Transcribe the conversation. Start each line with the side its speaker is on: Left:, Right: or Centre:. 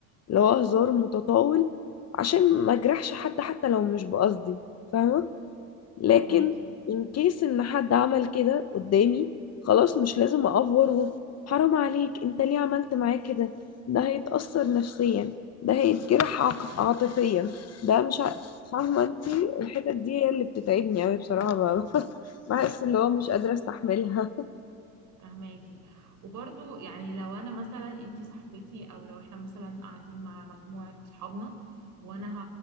Left: اللي هو هزار متطاول عشان ما اجرحش حد حتى لو مش بقصدي فاهمه لكن
Right: فهماكي
Left: ان كيس ان حد عمل كده قدامي خلاص مش لازم اقفور و- حرام عليك انت ليه عملت معاه كده ده هيتأثر نفسيا ده هيتجرح عق- عاطفيا ده مش ع- فاهمة انت الحتت دي هي اللي بتتعبني اوي بصراحة ب- <laughs> بحس اللي هو مش قادرة استحملها
Right: فهماكي وبرضو يعني لو انا مثلا انتي صاحبتي او لو احنا مثلا قاعدين مع مجموعة صحابنا وانا